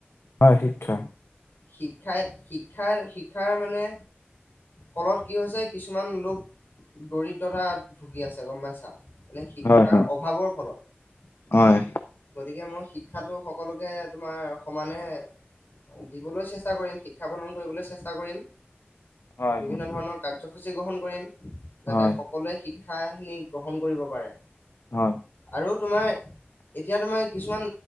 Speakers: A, on the left; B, on the left.
A: আহ শিক্ষা
B: শিক্ষাই শিক্ষাৰ -শিক্ষাৰ মানে ফলত কি হৈছে কিছুমান লোক দৰিদ্ৰতা ভুগি আছে গম পাইছা? মানে শিক্ষাৰ
A: হয় হয়
B: অভাৱৰ ফলত
A: হয়
B: গতিকে মই শিক্ষাটো সকলোকে তোমাৰ সমানে দিবলৈ চেষ্টা কৰিম শিক্ষা প্ৰদান কৰিবলৈ চেষ্টা কৰিম
A: হয়
B: বিভিন্ন
A: হয়
B: ধৰণৰ কাৰ্যসূচী গ্ৰহণ কৰিম যাতে
A: হয়
B: সকলোৱে শিক ক্ষা খিনি গ্ৰহণ কৰিব পাৰে,
A: হয়
B: আৰু তোমাৰ এতিয়া তোমাৰ কিছুমান